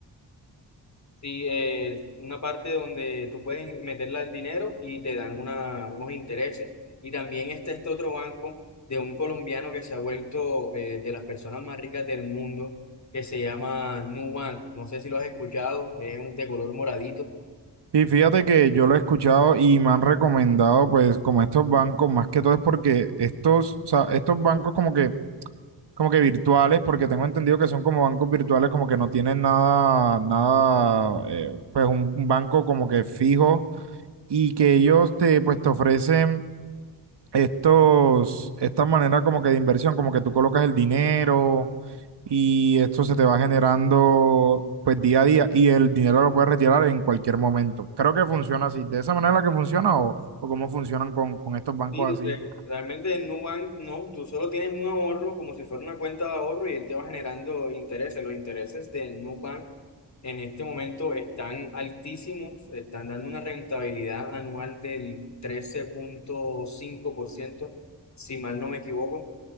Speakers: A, on the left (about 40°); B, on the right (about 70°).
A: Sí, es una parte donde tú puedes meterla el dinero y te dan una- unos intereses. Y también está este otro banco de un colombiano que se ha vuelto eh, de las personas más ricas del mundo, que se llama Nubank. No sé si lo has escuchado, es un- de color moradito.
B: Y fíjate que yo lo he escuchado y me han recomendado, pues, como estos bancos, más que todo es porque estos, o sea, estos bancos como que como que virtuales, porque tengo entendido que son como bancos virtuales, como que no tienen nada, nada, eh, pues un, un banco como que fijo y que ellos te, pues te ofrecen estos, esta manera como que de inversión, como que tú colocas el dinero y esto se te va generando pues día a día y el dinero lo puedes retirar en cualquier momento. Creo que funciona así, de esa manera que funciona o, o cómo funcionan con, con estos bancos
A: Sí,
B: así.
A: re- realmente en Nubank no, tú solo tienes un ahorro como si fuera una cuenta de ahorro y él te va generando intereses. Los intereses de Nubank en este momento están altísimos, están dando una rentabilidad anual del 13.5%, si mal no me equivoco.